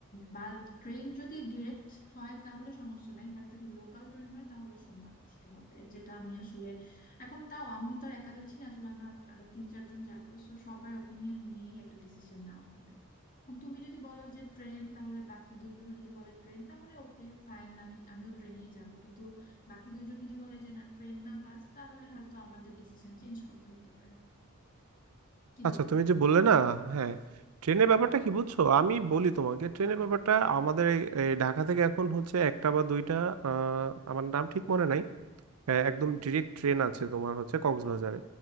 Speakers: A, on the left; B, on the right.
A: বা ট্রেন যদি ডিরেক্ট হয় তাহলে সমস্যা নাই বাট যদি লোকাল ট্রেন হয় তাহলে সময় নষ্ট হবে যেটা আমি আসলে এখন তাও আমি তো আর একা যাচ্ছি না আসলে আমরা আরো তিন চারজন যাবো তো সবার ওপিনিয়ন নিয়েই একটা ডিসিশন নেওয়া হবে এখন তুমি যদি বলো যে ট্রেন তাহলে বাকি দুইজনও যদি বলে ট্রেন তাহলে ওকে ফাইন আমি আমিও ট্রেনেই যাব কিন্তু বাকি দুইজন যদি বলে যে না ট্রেন না বাস তাহলে হয়তো আমাদের ডিসিশন চেঞ্জ করতে হতে পারে কি
B: আচ্ছা
A: বলো
B: তুমি যে বললে না হ্যাঁ ট্রেনের ব্যাপারটা কি বুঝছো আমি বলি তোমাকে ট্রেনের ব্যাপারটা আমাদের এই- এই ঢাকা থেকে এখন হচ্ছে একটা বা দুইটা আহ, আমার নাম ঠিক মনে নাই আহ, একদম ডিরেক্ট ট্রেন আছে তোমার হচ্ছে কক্সবাজারে